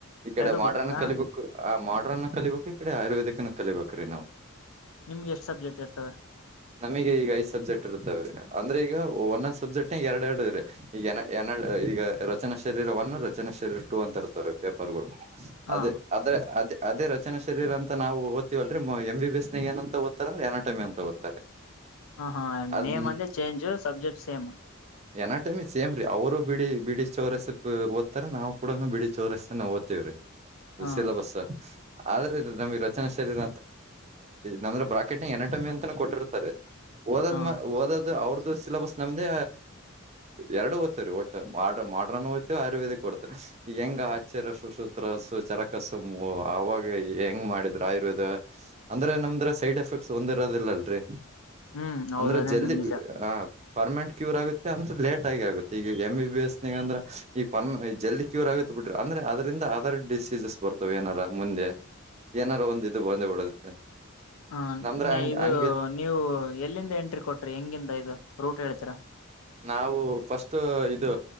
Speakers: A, on the right; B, on the left.
A: ಈ ಕಡೆ
B: ಎರಡು
A: ಮಾಡ್ರನ್.
B: ಬರುತ್ತಾ
A: ಕಲಿಬೇಕು ಆ ಮಾಡ್ರನ್ ಕಲಿಬೇಕು ಈ ಕಡೆ ಆಯುರ್ವೇದಿಕ್ ನ ಕಲಿಬೇಕುರೀ ನಾವು.
B: ನಿಮ್ಗೆ ಎಷ್ಟು ಸಬ್ಜೆಕ್ಟ್ ಇರ್ತವೆ.
A: ನಮಗ ಈಗ ಐದ್ ಸಬ್ಜೆಕ್ಟ್ ಇರ್ತವ್ರೀ ಅಂದ್ರೆ ಈಗ ಒಂದೊಂದ್ ಸಬ್ಜೆಕ್ಟ್ ನ ಎರಡ್ ಎರಡ್ರೀ ಈಗ ಎನಾ. ಈಗ ರಚನಾ ಶರೀರ ಒನ್ ರಚನಾ ಶರೀರ ಟು ಅಂತ ಇರ್ತಾವೇ ಪೇಪರ್ ಗಳು.
B: ಹಾ
A: ಅದ ಆದದ್ರೆ ಅದೇ. ಅದೇ ರಚನಾ ಶರಿರ ಅಂತ ನಾವು ಓದ್ತೀವಲ್ ರಿ ಎಂ ಬಿ ಎಸ್ ನಾಗ ಎನ್ ಅಂತ ಓದ್ತಾರೆ ಅಂದ್ರ ಎನಾಟಮಿ ಅಂತ ಓದ್ತಾರೆ.
B: ಹ ಹಾ
A: ಅದ್
B: ನೇಮ್ ಅಂದೆ change subject same.
A: Anatomy same ರಿ ಅವರು ಬಿಡಿ ಬಿಡಿ ಚೌರಸ್ ಓದ್ತಾರ ನಾವು ಕೂಡನು ಬಿಡಿ ಚೌರಸೆ ನ ಓದಿತ್ವಿ ರಿ.
B: ಹಾ
A: ಸಿಲಬಸ್. ಆದ್ರೆ ನಮ್ಗ ರಚನಾ ಶರೀರ ನಂದ್ರ ಬ್ರಾಕೆಟ್ನ ಎನಟಮ್ಮಿ ಅಂತಾನೂ ಕೊಟ್ಟಿರ್ತಾರೆ. ಓದದ್ಮ
B: ಹಾ
A: ಓದದು ಅವ್ರ್ದ. ದು ಸಿಲಬಸ್ ನಮ್ದೇ ಎರಡು ಓದ್ತ ರೀ ಒಟ್ಟ ಮಾಡ್ರ ಮಾಡ್ರನ್ ಓದ್ತವಿ ಆಯುರ್ವೇದಿಕ್ ಓಡ್ತ. ಹೆಂಗ ಆಚಾರ್ಯ ಸುಸೂತ್ರ ಸು ಚರಕಸುಮ ಅವಾಗ ಹೆಂಗ್ ಮಾಡಿದ್ರು ಆಯುರ್ವೇದ. ಅಂದ್ರೆ ನಮ್ದ್ರ ಸೈಡ್ ಎಫೆಕ್ಟ್ಸ್ ಒಂದ್ ಇರೋದಿಲ್ಲ ಅಲ್ರರಿ.
B: ಹ್ಮ್ ಹೌದ
A: ಅಂದ್ರೆ
B: ಅದೇಂದ
A: ಜಲ್ದಿ
B: ನಿಜ
A: ಆ. ಪರ್ಮೆಂಟ್ ಕ್ಯೂರ್ ಆಗುತ್ತೆ ಅಂದ್ರೆ ಲೇಟ್ ಆಗ ಆತ್ತೆ ಈಗ ಎಂ ಬಿ ಬಿ ಎಸ್ ಅಂದ್ರ ಈಗ ಪರ್ಮ ಜಲ್ದಿ ಕ್ಯೂರ್ ಆಗುತ್ತೆ. ಬಿಟ್ರಿ ಅಂದ್ರೆ ಅದ್ರಂದ ಅದರ್ ಡಿಸೀಸಸ್ ಬರ್ತವ ಏನಾರ ಮುಂದೆ. ಏನಾದಾರು ಒಂದ ಇ ಬಂದ್ ಬಿಡುತ್ತೆ.
B: ಹಾ
A: ನಮ್ದ್ರ
B: ನಿ
A: ಹಂಗ
B: ಇದು
A: ಹಂಗ
B: ನೀವು. ಎಲ್ಲಿಂದ ಎಂಟ್ರಿ ಕೊಟ್ರಿ ಹೆಂಗಿಂದ ಇದು ರೂಟ್ ಹೇಳ್ತೀರಾ.
A: ನಾವು ಫಸ್ಟ್ ಇದು